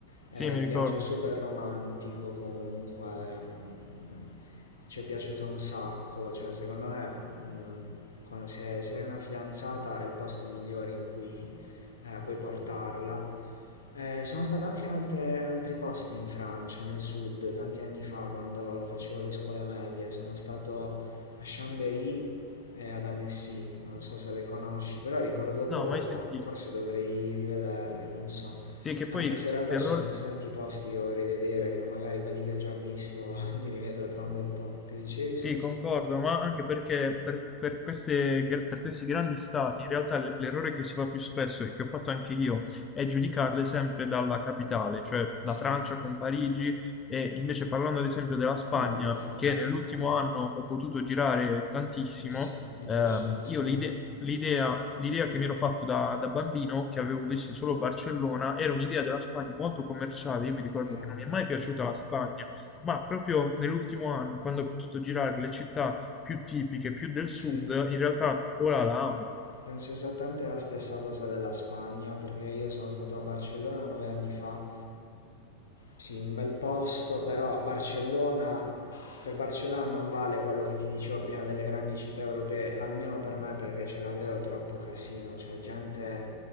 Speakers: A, on the left; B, on the left.
A: È
B: Sì, mi
A: un
B: ricordo.
A: viaggio super romantico comunque, mm, ci è piaciuto un sacco, cioè secondo me mm, con- se, se hai una fidanzata è il posto migliore in cui eh, puoi portarla eh, sono stato anche in, altre- in altri posti in Francia, nel sud, tanti anni fa, quando facevo le scuole medie. Sono stato a Chambéry e ad Annecy, non so se le conosci, però ricordo poco,
B: No, mai sentito.
A: forse dovrei rivederle, non so.
B: Sì, che
A: Anche
B: poi
A: se in realtà
B: l'errore,
A: ci sono così tanti posti che vorrei vedere che magari quelli che ho già visto <laughs> li rivedrò tra un bel po'. Che dicevi, scusa?
B: sì, concordo, ma anche perché per, per queste, per questi grandi stati, in realtà l- l'errore che si fa più spesso e che ho fatto anche io è giudicarle sempre dalla capitale, cioè la
A: Sì,
B: Francia con Parigi e invece parlando ad esempio della Spagna,
A: no, infatti,
B: che nell'ultimo
A: non-
B: anno ho potuto girare tantissimo,
A: eh sì, anch'io
B: ehm,
A: ci sono stato.
B: io l'ide- l'idea l'idea che mi ero fatto da, da bambino, che avevo visto solo Barcellona, era un'idea della Spagna molto commerciale, io mi ricordo
A: Eh,
B: che non mi è mai piaciuta la Spagna Ma proprio nell'ultimo anno, quando ho potuto girare le città più tipiche, più del
A: sì.
B: sud, in realtà ora la amo.
A: Penso esattamente la stessa cosa della Spagna, perché io sono stato a Barcellona nove anni fa. Sì, un bel posto, però Barcellona, per Barcellona non vale quello che ti dicevo prima delle grandi città europee, almeno per me, perché c'è davvero troppo casino, cioè gente,